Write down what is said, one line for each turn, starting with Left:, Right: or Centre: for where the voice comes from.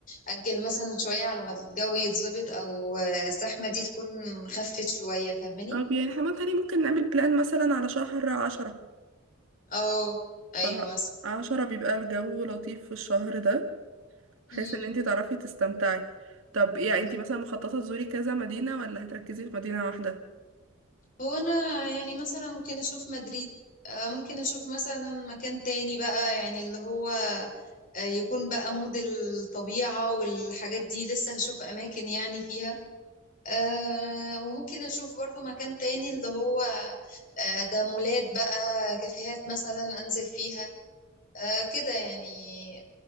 Left: اجل مثلا شوية على ما الجو يتظبط او آه، الزحمة دي تكون خفت شوية فاهماني
Right: طب يعني احنا ممكن ممكن نعمل بلان مثلا على شهر عشرة
Left: اه
Right: شهر
Left: ايوه مثلا
Right: عشرة بيبقى الجو لطيف في الشهر ده بحيث
Left: مم.
Right: ان انت تعرفي تستمتعي طب يعني
Left: أيوة.
Right: انت مثلا مخططة تزوري كذا مدينة ولا هتركزي في مدينة واحدة
Left: هو انا يعني مثلا ممكن اشوف مدريد آه، ممكن اشوف مثلا مكان تاني بقى يعني اللي هو آه، يكون بقى مود الطبيعة والحاجات دي لسه هشوف اماكن يعني فيها آه، وممكن اشوف برضو مكان تاني اللي هو آه، ده مولات بقى كافيهات مثلا انزل فيها آه، كده يعني